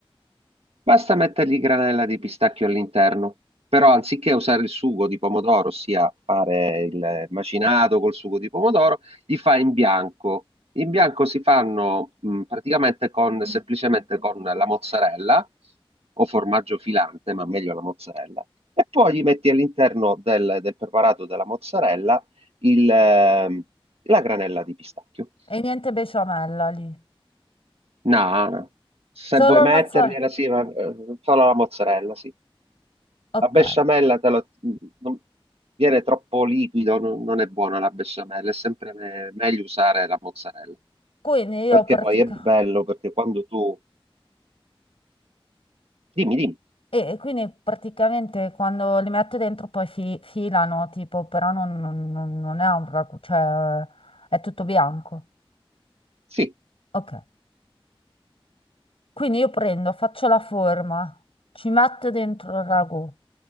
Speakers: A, on the right (about 85°); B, on the left (about 70°).
A: Basta mettergli granella di pistacchio all'interno, però anziché usare il sugo di pomodoro, ossia fare il macinato col sugo di pomodoro, li fa in bianco. In bianco si fanno mh, praticamente con, semplicemente con la mozzarella o formaggio filante, ma meglio la mozzarella. E poi gli metti all'interno del, del preparato della mozzarella il, ehm, la granella di pistacchio.
B: E niente besciamella lì,
A: No, no. Se
B: solo
A: vuoi
B: il
A: mettergliela,
B: mozzarella.
A: sì, ma eh, solo la mozzarella, sì.
B: Ok,
A: La besciamella te lo- non- viene troppo liquido, non, non è buona la besciamella, è sempre me- meglio usare la mozzarella,
B: quindi io
A: perché
B: pratica...
A: poi è bello, perché quando tu... Dimmi, dimmi,
B: E e quindi praticamente quando li metto dentro poi fi- filano, tipo, però non, non- non- non è un ragù, cioè è tutto bianco.
A: sì,
B: Ok, quindi io prendo, faccio la forma, ci metto dentro il ragù.